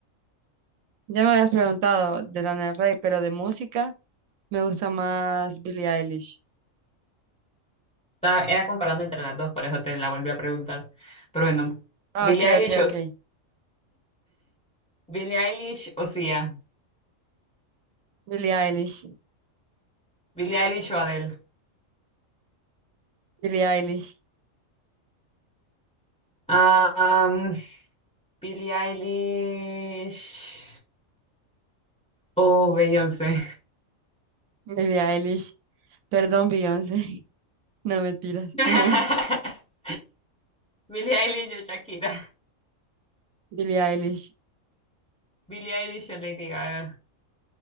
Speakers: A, on the right; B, in the centre.
A: Ya me habías preguntado de Lana del Rey, pero de música me gusta más Billie Eilish.
B: Estaba- era comparando entre las dos, por eso te la volví a preguntar. Pero bueno,
A: Ah,
B: Billie
A: ok,
B: Eilish
A: ok,
B: o,
A: ok.
B: Billie Eilish o Sia,
A: Billie Eilish.
B: Billie Eilish o Adele.
A: Billie Eilish.
B: Ah, um, Billie Eilish o Beyoncé.
A: Billie Eilish. Perdón, Beyoncé. <laughs> No me tiras.
B: <laughs>
A: Ajá.
B: Billie Eilish o Shakira.
A: Billie Eilish.
B: Billie Eilish o Lady Gaga.